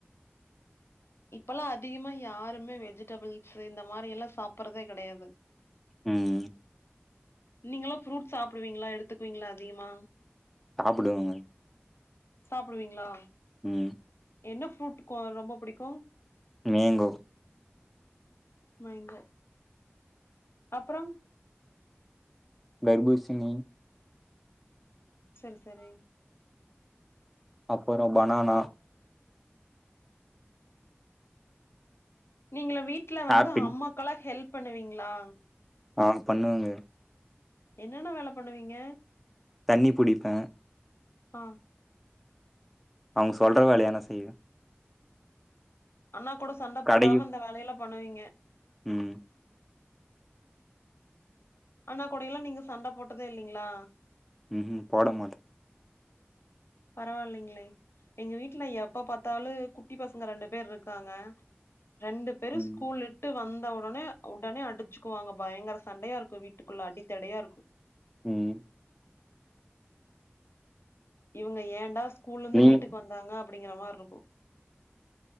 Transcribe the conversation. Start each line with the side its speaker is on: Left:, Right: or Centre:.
Left: இப்பலா அதிகமா யாருமே வெஜிடெபிள்ஸு இந்த மாரி எல்லா சாப்பறதே கெடையாது
Centre: ம்
Left: நீங்க எல்லா ஃப்ரூட் சாப்புடுவீங்களா எடுத்துக்குவீங்களா அதிகமா
Centre: சாப்புடுவேங்க
Left: சாப்புடுவீங்களா
Centre: ம்
Left: என்ன ஃப்ரூட் க்க ரொம்ப புடிக்கு
Centre: மேங்கோ
Left: மைங்கா அப்பறம்
Centre: தர்பூசணி
Left: சரி சரி
Centre: அப்பற பனானா
Left: நீங்கலா வீட்ல வந்து
Centre: ஆப்பிள்
Left: அம்மாக்கல்லா ஹெல்ப் பண்ணுவீங்களா
Centre: ஆ பண்ணுவேங்க
Left: என்னென்ன வேல பண்ணுவீங்க
Centre: தண்ணி புடிப்பே
Left: அ
Centre: அவங்க சொல்ற வேலைய நா செய்வே
Left: அண்ணா கூட சண்ட
Centre: கடைக்கு
Left: போடாம இந்த வேலையிலா பண்ணுவீங்க
Centre: ம்
Left: அண்ணா கொடெயில்லா நீங்க சண்ட போட்டதே இல்லைங்களா
Centre: ம் போட மாட்
Left: பரவாயில்லைங்களே எங்க வீட்டுல எப்ப பார்த்தாலு குட்டி பசங்க ரெண்டு பேர் இருக்காங்க ரெண்டு பேரு
Centre: ம்
Left: ஸ்கூல் விட்டு வந்த உடனே உடனே அடிச்சுக்குவாங்க பயங்கர சண்டையா இருக்கு வீட்டுக்குள்ள அடித்தடையா இருக்கு
Centre: ம்
Left: இவங்க ஏன்டா ஸ்கூல்ல இரந்து
Centre: நீங்க
Left: வீட்டுக்கு வந்தாங்க அப்படிங்கிற மார்ருக்கு